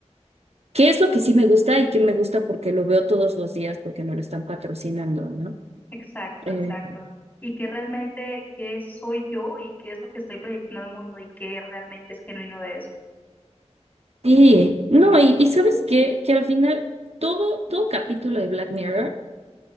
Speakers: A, on the right; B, on the left.
A: qué es lo que sí me gusta y qué me gusta porque lo veo todos los días porque me lo están patrocinando, ¿no?
B: exacto,
A: Eh,
B: exacto. Y que realmente, qué soy yo y qué es lo que estoy proyectando al mundo y qué realmente es genuino de eso.
A: sí, no, y, y sabes qué, que al final todo, todo capítulo de Black Mirror